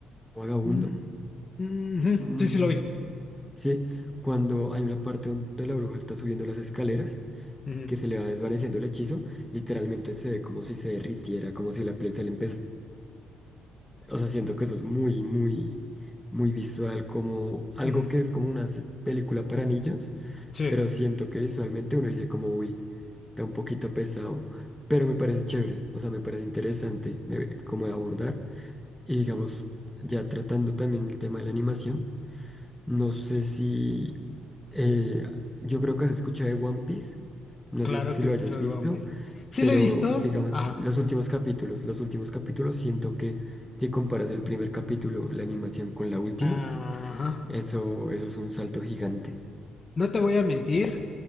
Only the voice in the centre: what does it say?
vagabundo.
Mm,
sí, cuando hay una parte donde la bruja está subiendo las escaleras,
que se le va desvaneciendo el hechizo, literalmente se ve como si se derritiera, como si la piel se le empezara O sea, siento que eso es muy, muy, muy visual, como algo
que es como una se- película para niños,
pero siento que visualmente uno dice como, uy, está un poquito pesado, pero me parece chévere, o sea, me parece interesante me- como de abordar. Y digamos, ya tratando también el tema de la animación, no sé si, eh, yo creo que has escuchado de One Piece, no
sé si
lo
hayas
visto.
Pero,
digamos,
los últimos capítulos, los últimos capítulos, siento que si comparas el primer capítulo, la animación con la última,
eso, eso es un salto gigante. <laughs>